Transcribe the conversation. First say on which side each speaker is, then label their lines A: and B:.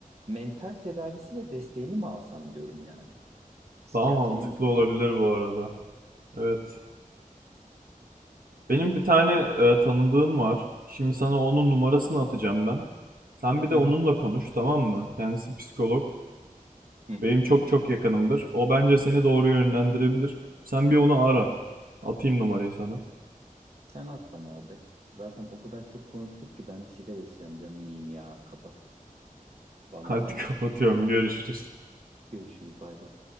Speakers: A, on the right (about 45°); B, on the right (about 85°).
A: mental tedavisi ve desteğini mi alsam diyorum yani. Psikiyatriye
B: Daha mantıklı
A: mi gideyim?
B: olabilir bu arada. Evet. Benim bir tane e, tanıdığım var. Şimdi sana onun numarasını atacağım ben. Sen bir
A: Hı
B: de onunla
A: hı.
B: konuş tamam mı? Kendisi psikolog.
A: Hı hı.
B: Benim çok çok yakınımdır. O bence seni doğru yönlendirebilir. Sen bir onu ara. Atayım numarayı sana.
A: Sen at bana abi. Zaten o kadar çok konuştuk ki ben bir sigara içeceğim canım diyeyim ya. Kapat. Vallahi
B: Hadi <laughs> kapatıyorum.
A: billahi.
B: Görüşürüz.
A: Görüşürüz bay bay.